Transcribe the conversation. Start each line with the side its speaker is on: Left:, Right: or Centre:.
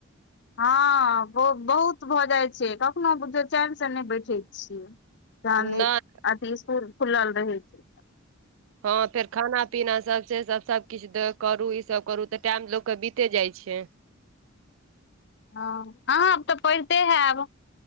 Left: हँ बहुत भऽ जाइत छै कखनो बुझौ चाइन स नै बैठे छियै जानै
Right: नहि
Left: अथि इसकुल खुलल रहै छै
Right: हँ फेर खाना पीना सब से सब सब किछ करू ई सब करू तऽ टाइम लोक केँ बीते जाइ छै
Left: हँ अहाँ आब तऽ पढ़िते हैब